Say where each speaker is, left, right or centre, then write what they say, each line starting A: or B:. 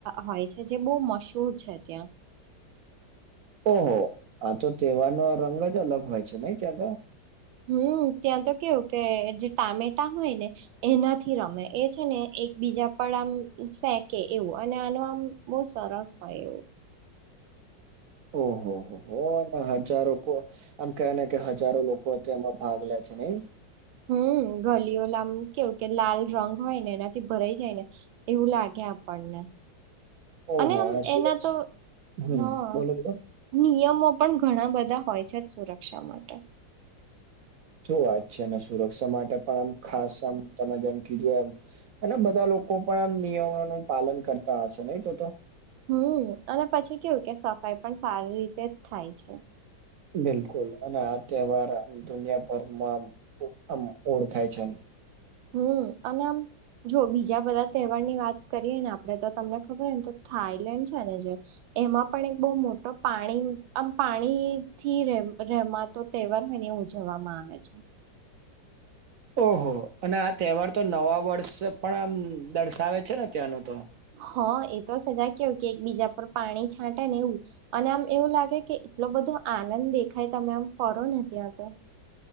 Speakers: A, on the right (about 85°); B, on the right (about 65°).
A: હોય છે જે બહુ મશૂર છે ત્યાં
B: ઓહો આ તો તેહેવારનો રંગ જ અલગ હોય છે નહી ત્યાં તો
A: હમ્મ ત્યાં તો કેવું કે જે ટામેટા હોય ને એનાથી રમે એ છે ને એક બીજા પણ આમ ફેંકે એવું અને આનું આમ બહ સરસ હોય એવું
B: ઓહો હો હો અને હજારો આમ કેવા ને કે હજારો લોકો તે એમાં ભાગ લે છે નઈ
A: હમ ગલીઓ લમ કેવું કે લાલ રંગ હોય ને એનાથી ભરાઈ જાય ને. એવું લાગે આપણને.
B: ઓહો
A: અને આમ
B: સુરત
A: એના તો
B: હમ
A: હા.
B: બોલો બોલો
A: નિયમો પણ ઘણા બધા હોય છે જ સુરક્ષા માટે.
B: શું વાત છે અનેને સુરક્ષા માટે પણ આમ ખાસ આમ તમે જેમ કીધું એમ. અને બધા લોકો પણ આમ નિયમોનું પાલન કરતા હશે નહી તો તો?
A: હમ અને પછી કેવું કે સફાઈ પણ સારી રીતે જ થાય છે.
B: બિલકુલ અને આ તહેવાર આ દુનિયાભરમાં આમ ઓળખાય છે.
A: હમ અને આમ, જો બીજા બધા તહેવાર ની વાત કરીએ ને આપડે તો તમને ખબર હોને તો થાઈલેન્ડ છે ને જે. એમાં પણ એક બહુ મોટો પાણી આમ પાણી થી ર રેમાતો તહેવાર મને ઉજવવામાં આવે છે.
B: ઓહો અને આ તહેવાર તો નવા વર્ષ પણ દર્શાવે છે ને ત્યાંનો તો.
A: હ એ તો સજા કેય કે એક બીજા પર પાણી છાંટે ને એવું. અને આમ એવું લાગે કે એટલો બધો આનંદ દેખાય તમે આમ ફરો ને ત્યાં તો.